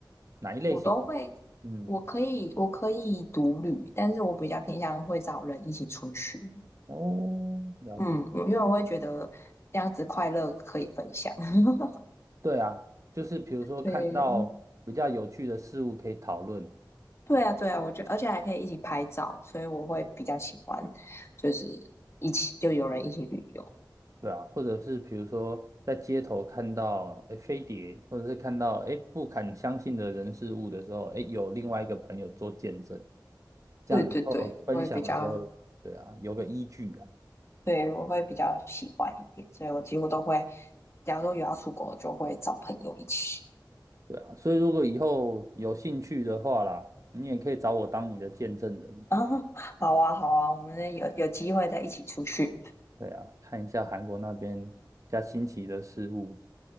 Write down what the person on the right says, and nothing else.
哪一类型？
嗯，
哦，了解。
对啊，就是比如说看到比较有趣的事物可以讨论，
对啊，或者是比如说在街头看到诶飞碟，或者是看到诶不敢相信的人事物的时候，诶有另外一个朋友做见证，这样以后分享的时候，
对啊，有个依据啊，
对啊，所以如果以后有兴趣的话啦，你也可以找我当你的见证人，
对啊，看一下韩国那边比较新奇的事物。